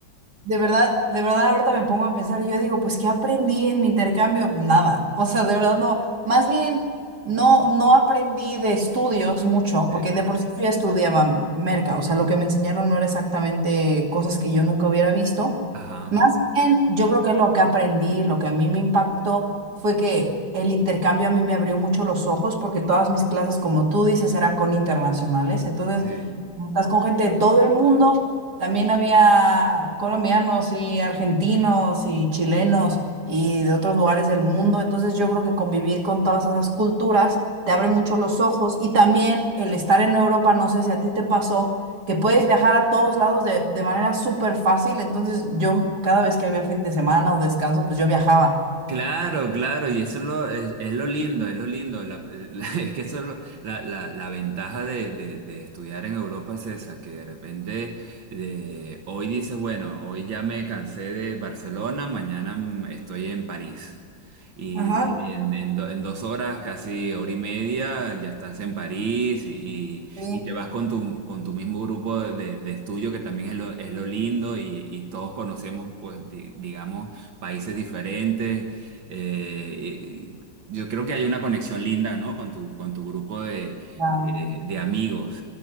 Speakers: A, on the right; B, on the right.
A: De verdad, de verdad ahorita me pongo a pensar, yo digo, pues ¿qué aprendí en mi intercambio? Nada, o sea, de verdad no, más bien no, no aprendí de estudios mucho,
B: sí,
A: porque de por sí yo ya estudiaba merca, o sea, lo que me enseñaron no era exactamente cosas que yo nunca hubiera visto.
B: ajá,
A: Más bien, yo creo que lo que aprendí, lo que a mí me impactó fue que el intercambio a mí me abrió mucho los ojos, porque todas mis clases, como tú dices, era con internacionales, entonces,
B: sí.
A: estás con gente de todo el mundo también había colombianos y argentinos y chilenos y de otros lugares del mundo. Entonces yo creo que convivir con todas esas culturas te abre mucho los ojos y también el estar en Europa, no sé si a ti te pasó, que puedes viajar a todos lados de, de manera súper fácil. Entonces yo cada vez que había fin de semana o descanso, pues yo viajaba.
B: Claro, claro, y eso es lo, es, es lo lindo, es lo lindo. la- eh, la- <laughs> es que eso es lo- la, la- la ventaja de, de- de estudiar en Europa es esa, que de repente de, hoy dices, bueno, hoy ya me cansé de Barcelona, mañana mm, estoy en París. Y
A: Ajá.
B: en, en do- en dos horas, casi hora y media, ya estás en París y, y-
A: Sí.
B: y te vas con tu, con tu mismo grupo de, de estudio, que también es lo, es lo lindo y, y todos conocemos, pues, di- digamos, países diferentes. Eh, y- yo creo que hay una conexión linda, ¿no? Con tu, con tu grupo de,
A: Ah,
B: de- de amigos.